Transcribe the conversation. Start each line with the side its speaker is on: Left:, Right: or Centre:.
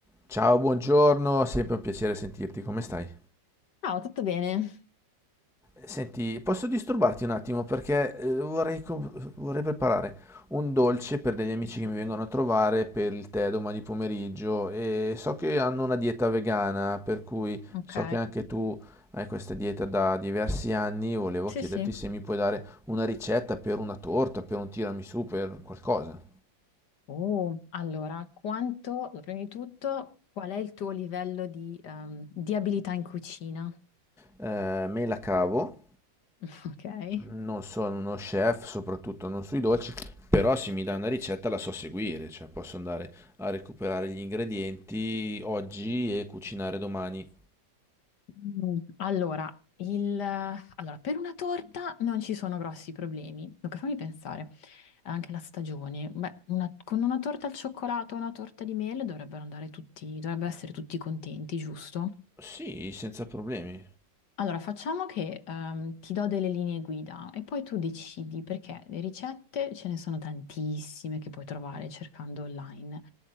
Centre: Ciao, buongiorno, sempre un piacere sentirti, come stai?
Left: Ciao, tutto bene?
Centre: Senti, posso disturbarti un attimo perché eh, vorrei, co- vorrei preparare un dolce per degli amici che mi vengono a trovare per il tè domani pomeriggio e so che hanno una dieta vegana, per cui
Left: Ok,
Centre: so che anche tu hai questa dieta da diversi anni, volevo
Left: sì,
Centre: chiederti
Left: sì.
Centre: se mi puoi dare una ricetta per una torta, per un tiramisù, per qualcosa.
Left: Oh, allora, quanto, allora, prima di tutto, qual è il tuo livello di, ehm, di abilità in cucina?
Centre: Eh, me la cavo
Left: <laughs> Ok.
Centre: Non sono uno chef, soprattutto non sui dolci, però se mi dai una ricetta la so seguire, cioè posso andare a recuperare gli ingredienti oggi e cucinare domani.
Left: Mm, Allora, il, allora, per una torta non ci sono grossi problemi. Dunque, fammi pensare, anche la stagione. Beh, una- con una torta al cioccolato o una torta di mele dovrebbero andare tutti, dovrebbero essere tutti contenti, giusto?
Centre: Sì, senza problemi.
Left: Allora, facciamo che ehm, ti do delle linee guida e poi tu decidi perché le ricette ce ne sono tantissime che puoi trovare cercando online.